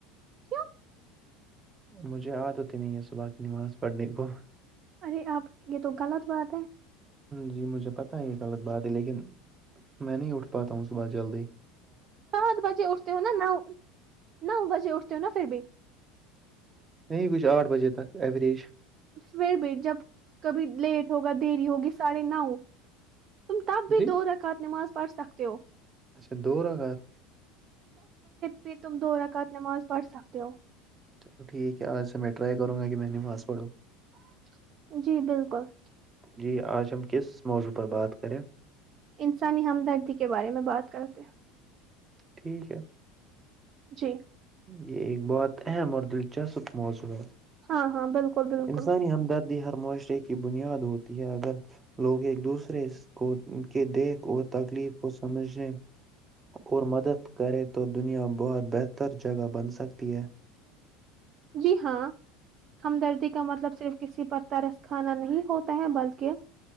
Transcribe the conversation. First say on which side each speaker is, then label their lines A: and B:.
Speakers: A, on the right; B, on the right.
A: کیوں
B: مجھے یاد ہوتی نہیں ہے صلا کی نماز پڑھنے کو
A: ارے آپ یہ تو غلط بات ہے
B: جی مجھے پتہ ہے یہ غلط بات ہے لیکن میں نہیں اٹھ پاتا ہوں صبح جلدی
A: سات بجے اٹھتے ہو نا نو نو بجے اٹھتے ہو نا پھر بھی
B: نہیں کچھ آٹھ بجے تک ایوریج
A: سویر بھی جب کبھی لیٹ ہوگا تری ہوگی ساڑھے نو تم تب بھی
B: جی
A: دو رکھا نماز پڑھ سکتے ہو
B: اچھا دو رگات
A: پ تم دو رکط نماز پڑھ سک ہو
B: چلو ٹھیک ہے آج سے میں ٹرائی کروں گا کہ میں نےواز پڑھوں
A: <unintelligible>
B: جی آج ہم کس موضوع پر بات کریں
A: انسانی ہمدردی کے بارے میں بات کرتے
B: ٹھیک ہے
A: جی
B: یہ ایک بہت اہم اور دلچسپ موضوع ہے
A: ہاں ہاں بالکل بالکل
B: انسانی ہمدردی ہر معاشرے کی بنیاد ہوتی ہے اگر لوگ ایک دوسرے کو کے دیکھ اور تکلیف کو سمجھنے اور مدد کرے تو دنیا بہت بہتر جگہ بن سکتی ہے
A: جی ہاں ہمدردی کا مطلب صرف کسی پر ترس کھانا نہیں ہوتا ہے بلکہ